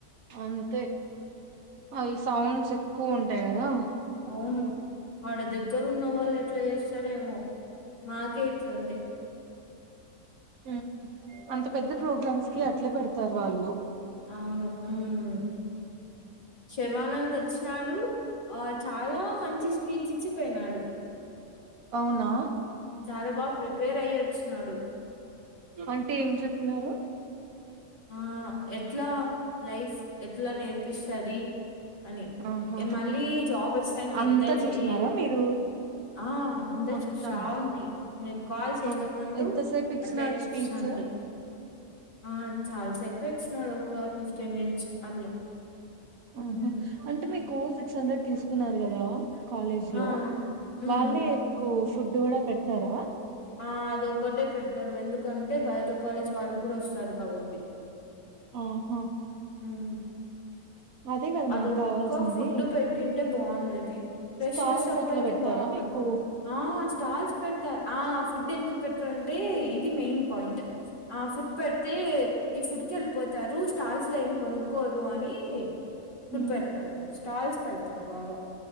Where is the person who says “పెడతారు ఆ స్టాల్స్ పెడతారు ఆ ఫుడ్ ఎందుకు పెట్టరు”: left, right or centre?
Left